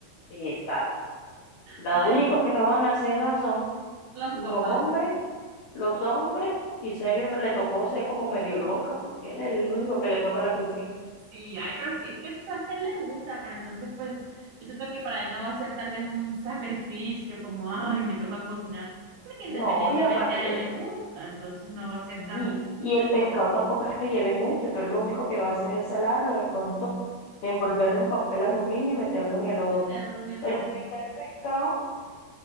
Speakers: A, on the left; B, on the right.
A: Exacto. Los
B: Ay,
A: únicos que no van a hacer nada son
B: los
A: los
B: papás.
A: hombres, los hombres, y Sergio no le tocó ser como medio loca, porque él es el único que le toca la cocina.
B: Sí, ay, pero es que, es que tú sabes que a él le gusta, pero entonces pues yo siento que para él no va a ser tal vez un sacrificio como, ay, me toca cocinar, porque independientemente
A: No, y aparte,
B: a él le gusta, entonces no va a ser
A: sí,
B: tan
A: y el pescado tampoco es que lleve mucho, es lo único que va a hacer es salarlo, de pronto envolverlo en papel aluminio y meterlo en el horno.
B: meterlo en el
A: En
B: horno.
A: lo que está el pescado,